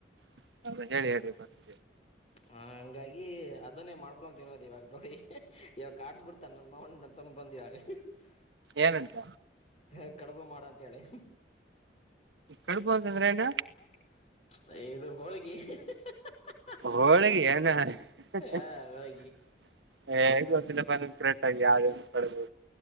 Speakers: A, on the right (about 80°); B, on the left (about 35°).
A: <unintelligible> ಇವಾಗ್ ಹೇಳಿ ಹೇಳಿ ಬರ್ತಿ
B: ಹಂಗಾಗಿ ಅದನ್ನೇ ಮಾಡ್ಕೊ ತಿನ್ನೋದು ಇವಾಗ ನೋಡಿ ಇವಾಗ ಕಡ್ಸ್ ಬಿಡ್ತಾನ ನಮ್ ಮಾವನ ನಮ್ಮ ತಮ್ಮ <unintelligible> ಇವಾಗ. <unintelligible>
A: ಏನಂತ.
B: ಹ ಕಡುಬು ಮಾಡ ಅಂತೇಳಿ.
A: ಕಡಬು ಅಂತ ಅಂದ್ರೆ ಏನ.
B: <unintelligible> ಇದು ಹೋಳಿಗೆ. <unintelligible>
A: ಹೋಳಿಗೆಯಾನ <unintelligible>
B: ಆ,
A: <unintelligible>
B: ಹೋಳಿಗೆ
A: ಕ್ರರೆಟ್ ಆಗಿ ಯಾವ್ದ್ ಏನು <unintelligible>